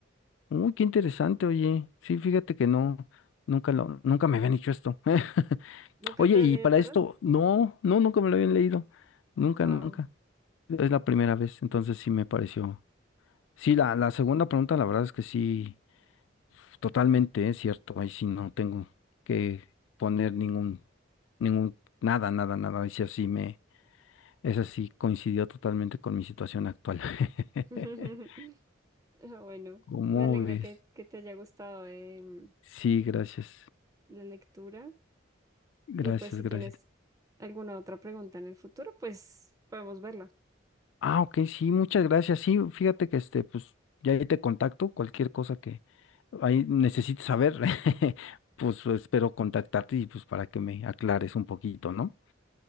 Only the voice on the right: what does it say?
¿Nunca
te
han leído
el tarot?
Wow.
<laughs> Ah, Bueno,
me alegra
que, que te haya gustado em,
la lectura.
Y pues si
tienes alguna otra pregunta en el futuro, pues podemos verla.